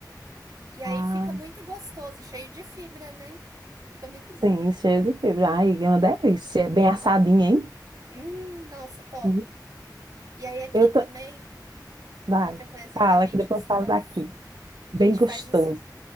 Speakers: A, on the right (about 50°); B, on the right (about 75°).
A: E aí
B: Ah,
A: fica muito gostoso e cheio de fibra, né? Fica muito
B: sim,
A: bom.
B: cheio de fibra. Ai, é uma delícia. É Bem assadinha, hein?
A: Hum, nossa, top.
B: Uhum.
A: E aí aqui
B: Eu tô...
A: também,
B: Vai,
A: outra coisa
B: fala
A: que a gente
B: que depois
A: costuma,
B: eu falo daqui. Bem
A: a gente
B: gostoso.
A: faz os,